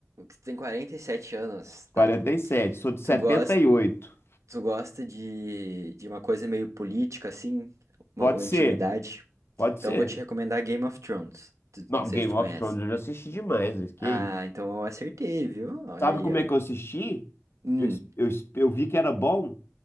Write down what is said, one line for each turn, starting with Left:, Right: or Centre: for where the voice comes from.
Right: tu tem 47 anos,
Left: 47.
Right: tá.
Left: Sou de 78.
Right: Tu gosta, tu gosta de, de uma coisa meio política, assim, uma
Left: Pode
Right: antiguidade.
Left: ser. Pode
Right: Então
Left: ser.
Right: eu vou te recomendar Game of Thrones. Tu-
Left: Não,
Right: não sei
Left: Game
Right: se tu
Left: of
Right: conhece.
Left: Thrones eu já assisti demais. mas Que
Right: Ah,
Left: isso?
Right: então eu acertei, viu? Olha
Left: Sabe
Right: aí,
Left: como
Right: ó.
Left: é que eu assisti?
Right: Hum,
Left: Eu, eu, eu vi que era bom.